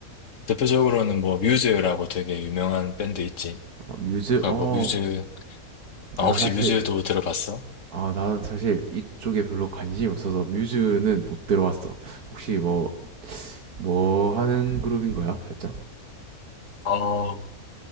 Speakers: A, on the left; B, on the right.
A: 대표적으로는 뭐 뮤즈라고 되게 유명한 밴드 있지.
B: 어, 뮤즈
A: 어,
B: 어
A: 뭐 뮤즈 아
B: 내가
A: 혹시
B: 사실
A: 뮤즈도 들어봤어?
B: 아 나는 사실 이쪽에 별로 관심이 없어서 뮤즈는 못 들어봤어. 혹시 뭐 뭐 하는 그룹인 거야? 살짝?
A: 어,